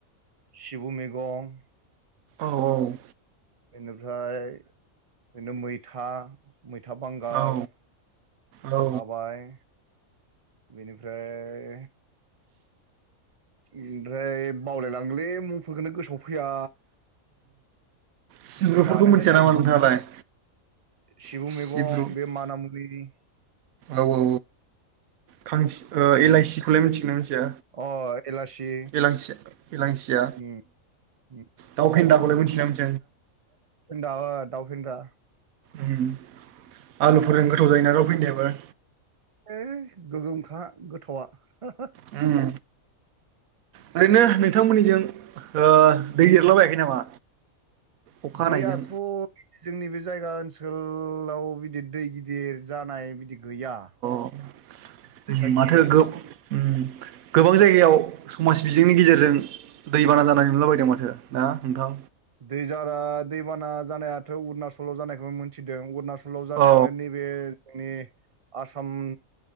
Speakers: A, on the right (about 60°); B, on the right (about 80°).
A: सिबु मैगं
B: औ औ
A: बेनिफ्राय बिनो मैथा मैथा बांगाल
B: औ औ
A: थाबाय बेनिफ्राय ओमफ्राय बावलायलांगोलै मुंफोरखौनो गोसोआव फैया
B: सिंब्रुफोरखौ
A: जानायालाय
B: मिथिया नामा नोंथाङालाय
A: सिबु
B: सिब्रु
A: मैगं
B: औ
A: बे मानामुनि
B: औ औ खां
A: उम
B: एलाइसि खौलाय मिथिगोनना मिथिया
A: अ एलासि
B: एलांसिया एलांसिया
A: उम उम
B: दाउ फेन्दाखौलाय मिथिगोना मिथि
A: दा-दाउ फेन्दा
B: उम आलुफोरजों गोथाव जायोना दाव फैनदायाबो
A: ओइ गोगोमखा गोथावआ
B: उम ओरैनो नोंथांमोननिजों ओ दै एरलाबायाखै नामा अखा हानायजों?
A: दैयाथ' जोंनि बे जायगा ओनसोलाव बिदि दै गिदिर जानाय बिदि गैया
B: <inaudible>
A: दैसा
B: माथो
A: गिदिरबो
B: गो-गोबां जायगायाव समाज बिजोंनि गेजेरजों दैबाना जानाय नुलाबायदों माथो ना नोंथां
A: दैजारा दैबाना जानायाथ' अरुणनाचलाव जानायखौ मिथिदों अरुणचल सोलाव जानायानो
B: औ
A: नैबे जोंनि आसाम